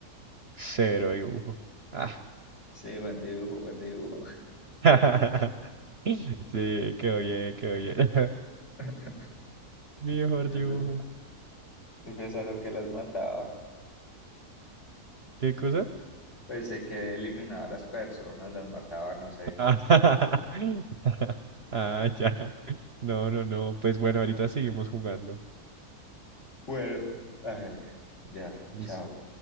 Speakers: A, on the right (about 45°); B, on the left (about 50°).
A: Cero dibujo. Ah.
B: Sí, buen dibujo, buen dibujo.
A: <laughs> Sí, quedó bien, quedó bien. <laughs>
B: <laughs>
A: Mejor
B: Yo
A: dibujo.
B: pe- yo pensando que las mataba.
A: ¿Qué cosa?
B: Pensé que eliminaba a las personas, las mataba, no sé.
A: Ah, <laughs> ah, ya. No, no, no. Pues bueno, ahorita seguimos jugando.
B: Bueno, hágale. Ya,
A: Listo.
B: chao.